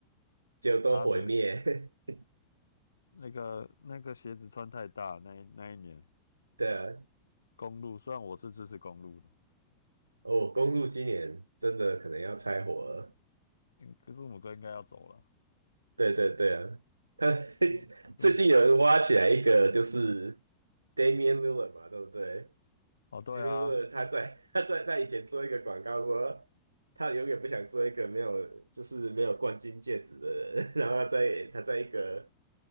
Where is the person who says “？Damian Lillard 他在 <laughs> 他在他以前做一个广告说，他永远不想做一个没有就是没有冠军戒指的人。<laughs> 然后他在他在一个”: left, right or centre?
Right